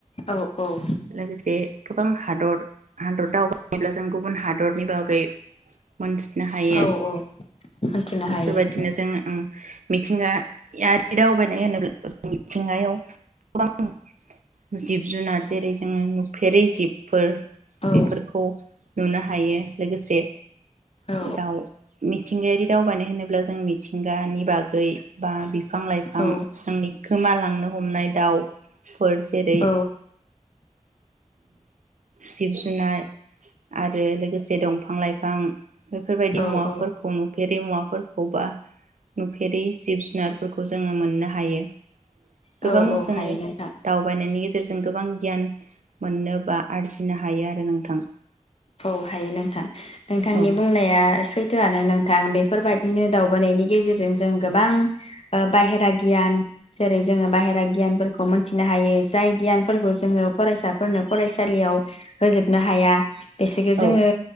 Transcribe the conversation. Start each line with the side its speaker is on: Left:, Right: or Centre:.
Left: औ औ।
Right: लोगोसे गोबां हादर हादर दावबायोब्ला जों गुबुन हादरनि बागै मोनथिनो हायो
Left: औ औ मोनथिनो
Right: बेफोरबायदिनो
Left: हायो
Right: जोङो ओम मिथिंगायारि दावबायनाय होनोबा <unintelligible> <unintelligible> जिब जुनार जेरै नुफेरै जिबफोर
Left: औ
Right: बेफोरखौ नुनो हायो। लोगोसे
Left: औ
Right: दाउ मि थिंगायारि दावबायनाय होनोब्ला जों मिथि गानि बागै बा बिफां लाइफां
Left: औ
Right: जोंनि गोमालांनो हमनाय दाउफोर जेरै
Left: औ
Right: जिब जुनार आरो लोगोसे दंफां लाइ फां बेफोरबायदि मुवाफोरखौ
Left: औ
Right: नुफे फेरि मुवाफोरखौ बा नुफेरि जिब जुनारफोरखौ जोङो मोननो हायो।
Left: औ
Right: गोबां
Left: औ
Right: जोङो
Left: हायो नोंथां
Right: दावबायनायनि गेजे जों गोबां गियान मोननो बा आरजिनो हायो आरो नोंथां।
Left: औ हायो नोंथां। नोंथांनि
Right: औ
Left: बुंनाया सैथो आनो नोंथां बे फोरबायदिनो दावबानायनि गेजेरजों जों गोबां ओ बाहेरा गियान जेरै जोङो बाहेरा गियानफोरखौ मोन्थिनो हायो जाय गियानफोरखौ जोङो फरायसाफोरनो फरायसालियाव होजोब नो हाया बेसेखो जोङो
Right: औ